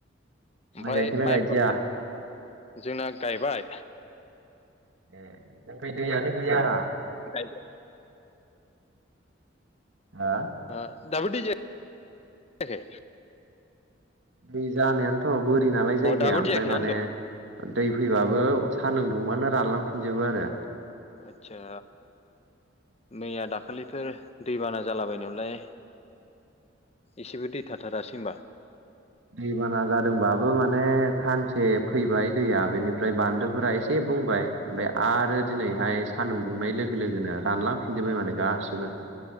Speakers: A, on the left (about 35°); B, on the right (about 80°).
A: ओमफाय
B: माइ गायखोना
A: माइफ्रालाय
B: गायदिया
A: जोंना गायबाय।
B: ए जोंखै दैयानो गैया।
A: <unintelligible>
B: हा
A: ओ दाबो दै जायाखै?
B: दै जानायानोथ' बोरि नालाय जायगाया
A: अ दाबो
B: ओमफाय
A: दै जायाखै
B: माने
A: ना होनदों
B: दै फैबाबो सानदुं दुंबानो रानलांफिनजोबो आरो।
A: आतसा मैया दाखालिफोर दैबाना जालाबायनायावलाय एसेबो दै थाथारासै होमबा?
B: दैबाना जादोंबाबो माने सानसे फैबाय दैया बेनिफ्राय बान्दोफोरा एसे बुंबाय ओमफाय आरो दिनैहाय सान्दुं दुंनाय लोगो लोगोनो रानलांफिनजोबबाय माने गासिबो।